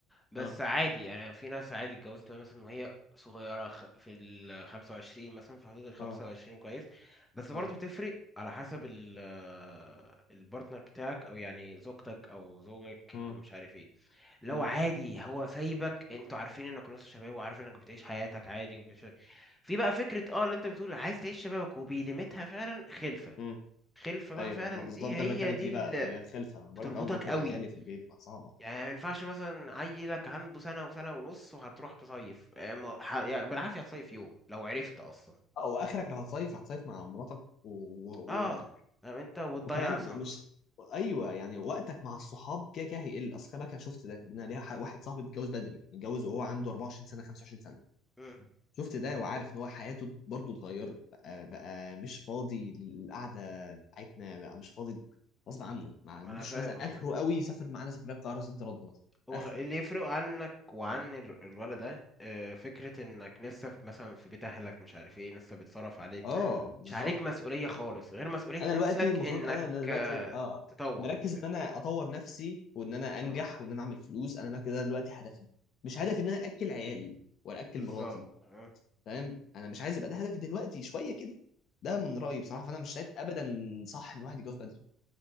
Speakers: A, in the centre; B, on the left (about 45°).
A: بس
B: اه
A: عادي يعني في ناس عادي اتجوزت وهي مثلا وهي صغيرة خ- في ال 25 مثلا في حدود ال 25
B: اه
A: كويس بس برضه
B: اه
A: بتفرق على حسب ال آه، البارتنر بتاعك او يعني زوجتك او زوجك
B: امم
A: او مش عارف ايه لو
B: امم
A: عادي هو سايبك انتوا عارفين انك نص شباب وعارف انك بتعيش حياتك عادي ومش في بقى فكرة اه اللي انت بتقول عايز تعيش شبابك وبيلمتها فعلا خلفة
B: امم
A: خلفة بقى
B: ايوه
A: فعلا
B: ما بالظبط
A: دي
B: ده
A: هي
B: اللي بتكلم
A: دي
B: فيه
A: اللي
B: بقى هي الخلفه انا بقول
A: بتربطك
B: لك اه مراتي
A: قوي
B: وعيالي في البيت ما صعبه
A: يعني ما ينفعش مثلا عيلك عنده سنة وسنة ونص وهتروح تصيف اه، ما- ح- يعني بالعافية هتصيف يوم لو عرفت اصلا
B: او اخرك لو هتصيف هتصيف مع مراتك و... و...
A: اه
B: وابنك
A: فاهم انت وتضيع
B: وكمان
A: صح
B: ما- مش ايوه يعني وقتك مع الصحاب كده كده هيقل اصل خلي بالك انا شفت ده لان أنا ليا ح- واحد صاحبي متجوز بدري متجوز وهو عنده 24 سنه 25 سنه
A: مم،
B: شفت ده وعارف ان هو حياته برضه اتغيرت بقى, بقى مش فاضي للقعده بتاعتنا بقى مش فاضي غصب عنه ما عندوش
A: ما انا فاهم
B: مثلا اخره قوي يسافر معانا سفريه القاهره صد رد مثلا
A: هو
B: اخره
A: اللي يفرق عنك وعن ال- الولد ده آه، فكرة انك لسه في مثلا في بيت اهلك مش عارف ايه لسه بيتصرف عليك
B: اه بالظبط
A: مش عليك مسؤولية خالص غير مسؤولية
B: انا
A: نفسك
B: دلوقتي المفروض
A: انك
B: انا دلوقتي
A: آه،
B: ابقى
A: تطور
B: مركز
A: وبتاع
B: ان انا اطور نفسي وان انا انجح
A: اه
B: وان انا اعمل فلوس انا ده كده دلوقتي هدفي مش هدفي ان انا اكل عيالي ولا اكل
A: بالظبط
B: مراتي
A: اه
B: فاهم انا مش عايز يبقى ده هدفي دلوقتي شويه كده ده من رايي بصراحه فانا مش شايف ابدا صح ان الواحد يتجوز بدري